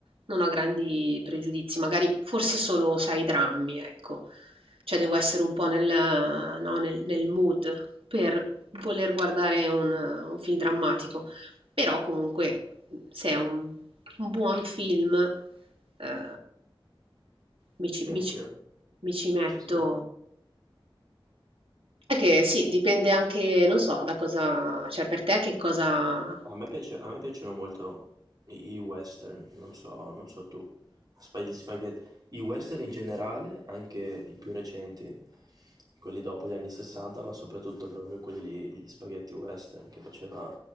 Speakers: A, on the right (about 80°); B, on the right (about 45°).
A: non ho grandi pregiudizi, magari forse solo, sai, i drammi, ecco. Cioè devo essere un po' nel, no, nel- nel mood per voler guardare un, un film drammatico, però comunque se è un, un buon film eh, mi ci,
B: Sì, anch'io.
A: mi ci- mi ci metto.
B: Sì, sì.
A: È che sì, dipende anche, non so, da cosa, cioè per te che cosa...
B: A me piace- a me piacciono molto i, i western, non so, non so tu. Spa- gli spaghetti. I western in generale, anche i più recenti, quelli dopo gli anni 60, ma soprattutto proprio quelli lì, gli spaghetti western che faceva